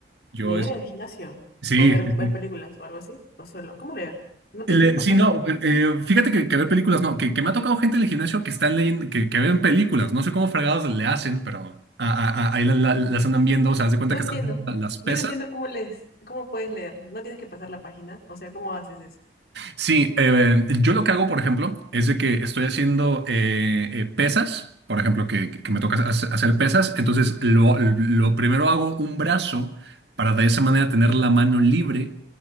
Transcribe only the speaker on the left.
¿Leer
en el gimnasio?
¿O ver,
ver
películas o algo así? ¿O solo? ¿Cómo leer? ¿No
tienes que pasar
la página?
No
entiendo.
Yo no entiendo cómo lees, cómo puedes leer. ¿No tienes que pasar la página? O sea, ¿cómo haces eso?